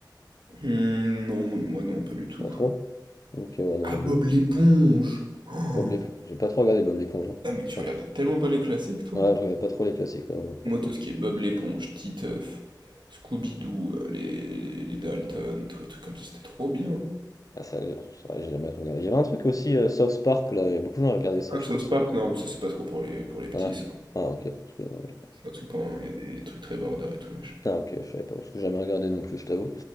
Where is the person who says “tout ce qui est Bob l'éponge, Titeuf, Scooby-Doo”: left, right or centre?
Right